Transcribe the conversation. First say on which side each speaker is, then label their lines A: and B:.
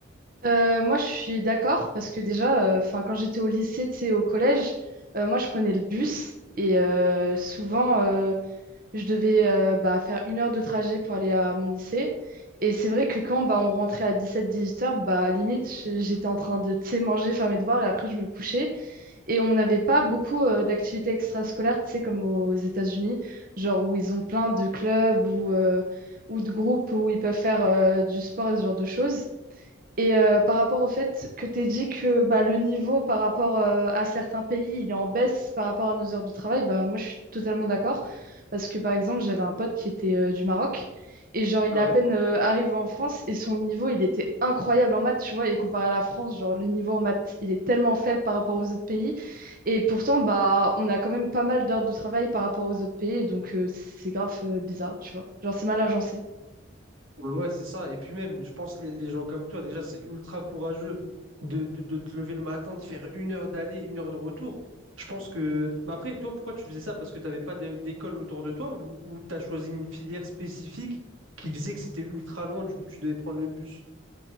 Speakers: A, on the right (about 45°); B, on the right (about 85°).
A: Euh, moi, je suis d'accord parce que déjà, euh, enfin, quand j'étais au lycée, tu sais, au collège, euh, moi, je prenais le bus et euh, souvent, euh, je devais euh, bah, faire une heure de trajet pour aller à mon lycée. Et c'est vrai que quand bah, on rentrait à 17-18 heures, bah, limite, je- j'étais en train de, tu sais, manger, faire mes devoirs et après, je me couchais. Et on n'avait pas beaucoup euh, d'activités extrascolaires, tu sais, comme aux États-Unis, genre où ils ont plein de clubs ou, euh, ou de groupes où ils peuvent faire euh, du sport et ce genre de choses. Et euh, par rapport au fait que tu dit que bah, le niveau par rapport euh, à certains pays, il est en baisse par rapport à nos heures de travail, bah, moi je suis totalement d'accord. Parce que par exemple, j'avais un pote qui était euh, du Maroc et genre il
B: Ouais.
A: est à peine euh, arrivé en France et son niveau il était incroyable en maths, tu vois. Et comparé à la France, genre le niveau en maths il est tellement faible par rapport aux autres pays. Et pourtant, bah, on a quand même pas mal d'heures de travail par rapport aux autres pays. Et donc euh, c'est grave euh, bizarre, tu vois. Genre c'est mal agencé.
B: Ouais, c'est ça. Et puis même, je pense les, les gens comme toi, déjà, c'est ultra courageux de, de- de te lever le matin, de faire une heure d'aller, une heure de retour. Je pense que... Mais après, toi, pourquoi tu faisais ça? Parce que tu n'avais pas d'é- d'école autour de toi ou, ou tu as choisi une filière spécifique qui disait que c'était ultra loin, du coup, tu devais prendre le bus?